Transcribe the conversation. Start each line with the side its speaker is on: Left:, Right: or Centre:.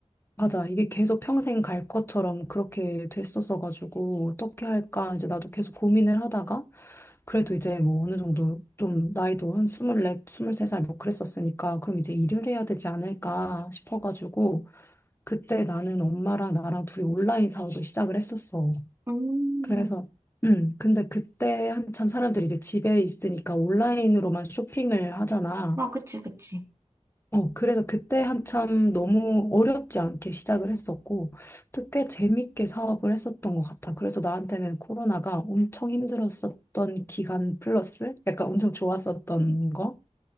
Left: 맞아. 이게 계속 평생 갈 것처럼 그렇게 됐었어 가지고 어떻게 할까 이제 나도 계속 고민을 하다가 그래도 이제 뭐 어느 정도 좀 나이도 한 24, 23살 뭐 그랬었으니까 그럼 이제 일을 해야 되지 않을까 싶어 가지고 그때 나는 엄마랑 나랑 둘이 온라인 사업을 시작을 했었어.
Right: 음.
Left: 그래서 <clears throat> 음, 근데 그때 한참 사람들이 이제 집에 있으니까 온라인으로만 쇼핑을 하잖아.
Right: 아, 그치, 그치.
Left: 어, 그래서 그때 한참 너무 어렵지 않게 시작을 했었고, 또 꽤 재밌게 사업을 했었던 것 같아. 그래서 나한테는 코로나가 엄청 힘들었었던 기간 플러스 약간 엄청 좋았었던 거?